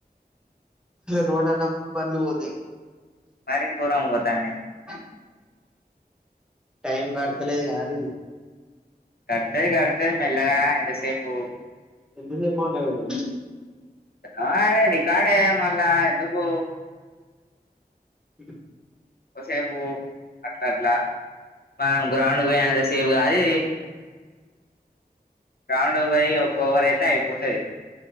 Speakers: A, in the centre; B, on the left.
A: రోడ్ అన్నప్పుడు బండ్లు పోతాయి
B: మరి గోరంగా పోతున్నాయి
A: ఆ టైం గడుత్తలేదు కదా రా ఇది
B: గడ్తగడ్తది మెల్లగా ఎంతసేపు
A: ఎంతసేపు మాట్లాడిండు
B: ఆ రికార్డే మళ్ళ ఎందుకు
A: హ
B: కోసేపు అట్లా అట్లా మనం గ్రౌండ్కి పోయినంత సేపు కాదుది రౌండ్ పోయి ఒక ఓవర్ అయితే అయిపోతది